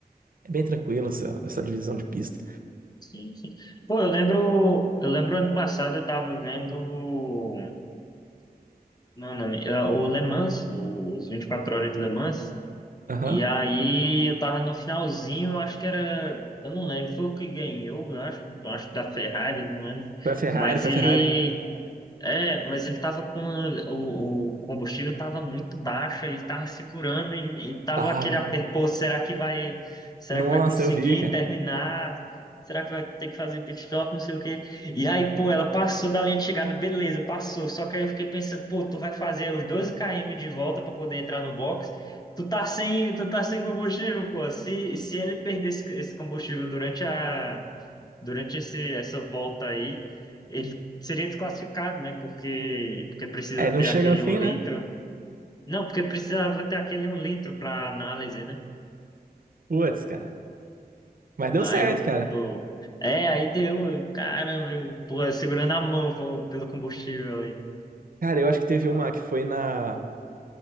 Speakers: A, on the right; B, on the left.
A: É bem tranquilo essa, essa divisão de pista.
B: sim, sim. Pô, eu lembro, eu lembro ano passado eu tava vendo não, não, é, o Le Mans, os 24 horas de Le Mans.
A: Aham.
B: E aí eu tava no finalzinho, eu acho que era, eu não lembro, foi o que ganhou, eu acho, eu acho que da Ferrari, não lembro.
A: Foi a Ferrari,
B: Mas
A: foi
B: ele
A: a Ferrari.
B: É, mas ele tava com a- o, o combustível tava muito baixo, ele tava segurando e, e tava
A: Tava,
B: aquele aperto,
A: cara.
B: pô, será que vai, será
A: Nossa,
B: que vai conseguir
A: eu vi, cara.
B: terminar? Será que vai ter que fazer pit stop, não sei o quê. E aí, pô, ela passou da linha de chegada, beleza, passou. Só que aí eu fiquei pensando, pô, tu vai fazer os 12 km de volta para poder entrar no box. Tu tá sem, tu tá sem combustível, pô. Se, se ele perder esse, esse combustível durante a durante esse, essa volta aí, ele Seria desclassificado, né? Porque, porque precisa
A: É,
B: ter
A: não chega
B: aquele
A: no fim,
B: um litro.
A: né?
B: Não, porque precisava ter aquele um litro para análise, né?
A: Putz, cara. Mas deu
B: Aí
A: certo,
B: eu,
A: cara.
B: pô. É, aí deu, eu, caramba, eu, pô, eu segurando a mão pô, pelo combustível aí.
A: Cara, eu acho que teve uma que foi na.